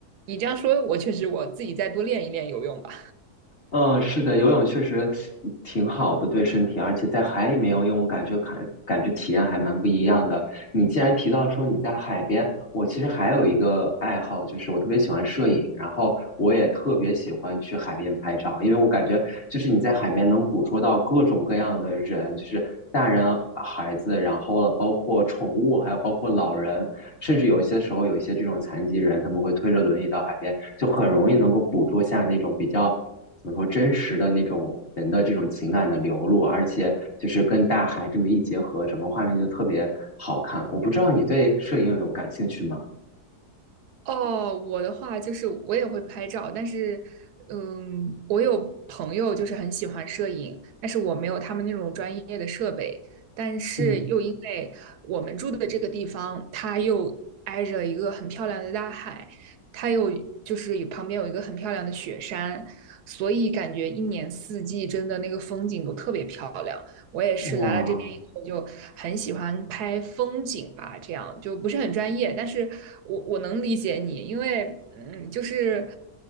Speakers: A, on the right; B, on the left.
A: 你这样说，我确实我自己再多练一练游泳吧。
B: 嗯，是的，游泳确实挺好的，对身体，而且在海里面游泳，我感觉感感觉体验还蛮不一样的。你既然提到说你在海边，我其实还有一个爱好，就是我特别喜欢摄影，然后我也特别喜欢去海边拍照，因为我感觉就是你在海边能捕捉到各种各样的人，就是大人、孩子，然后了包括宠物，还有包括老人，甚至有一些时候有一些这种残疾人，他们会推着轮椅到海边，就很容易能够捕捉下那种比较。怎么说真实的那种人的这种情感的流露，而且就是跟大海这么一结合，整个画面就特别好看。我不知道你对摄影有感兴趣吗？
A: 哦，我的话就是我也会拍照，但是，嗯，我有朋友就是很喜欢摄影，但是我没有他们那种专业的设备，但是又因为我们住的这个地方，
B: 嗯，
A: 它又挨着一个很漂亮的大海，它又就是有旁边有一个很漂亮的雪山，所以感觉一年四季真的那个风景都特别漂亮。我也是来了这边以后就很喜欢拍风景吧，
B: 哇，
A: 这样就不是很专业，但是我我能理解你，因为嗯，就是